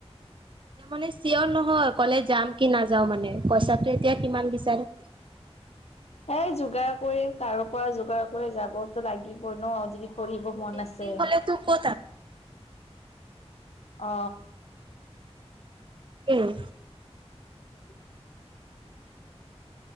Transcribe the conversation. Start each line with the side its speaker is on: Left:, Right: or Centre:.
Right: এতিয়া মানে চিঅৰ নহয় কলেছশজ যাম কি নাযাও মানে পইচাটো এতিয়া কিমান বিচাৰে।
Left: এ যোগাৰ কৰি কাৰো পৰা যোগাৰ কৰি যাবতো লাগিবই ন যদি। কৰিব মন
Right: বেছি
Left: আছে।
Right: হ'লেতো ক'ত আৰু
Left: অ।
Right: উম।
Left: উম।